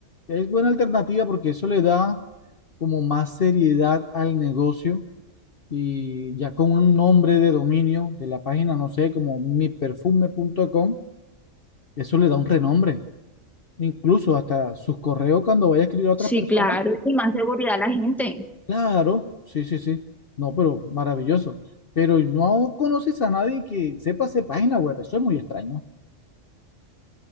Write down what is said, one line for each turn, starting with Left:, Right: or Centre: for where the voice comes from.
Left: es buena alternativa porque eso le da como más seriedad al negocio y ya con un nombre de dominio de la página, no sé, como miperfume.com, eso le da un renombre. Incluso hasta sus correos cuando vaya a escribir a otras
Centre: Sí,
Left: personas.
Centre: claro, y más seguridad a la gente.
Left: Claro, sí, sí, sí. No, pero maravilloso. Pero no conoces a nadie que sepa hacer página web. Eso es muy extraño.